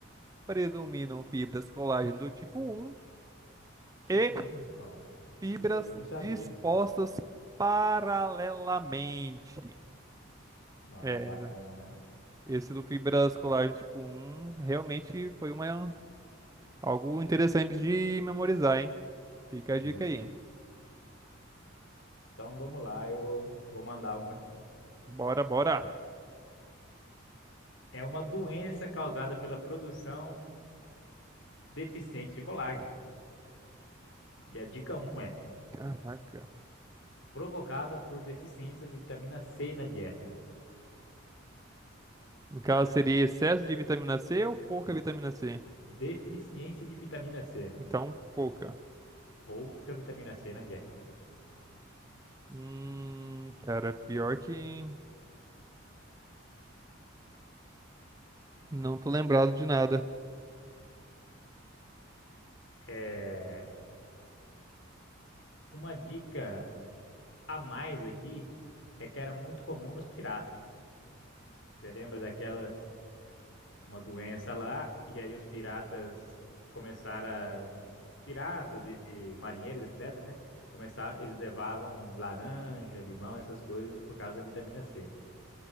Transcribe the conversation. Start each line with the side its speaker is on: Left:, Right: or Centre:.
Right: predominam fibras colágeno do tipo um
Left: Tipo
Right: e
Left: um, ó.
Right: fibras
Left: Isso aí eu não sabia.
Right: dispostas paralelamente.
Left: Ah,
Right: É,
Left: bacana.
Right: né? esse do fibras colágeno tipo um realmente foi uma, algo interessante de memorizar, hein? Fica a
Left: Isso.
Right: dica aí.
Left: Então vamos lá, eu vou, vou mandar uma aqui.
Right: Bora, bora.
Left: É uma doença causada pela produção deficiente de colágeno. E a dica um é:
Right: Caraca.
Left: provocada por deficiência de vitamina C na dieta.
Right: No caso, seria excesso de vitamina C ou pouca vitamina C?
Left: Deficiência de vitamina C.
Right: Então, pouca.
Left: Pouca vitamina C na dieta.
Right: Hum, cara, pior que não tô lembrado de nada.
Left: É uma dica. A mais aqui é que era muito comum nos piratas. Você lembra daquela uma doença lá e aí os piratas começaram a, piratas e, e marinheiros, etc, né? Começaram, eles levavam laranja, limão, essas coisas por causa da vitamina C.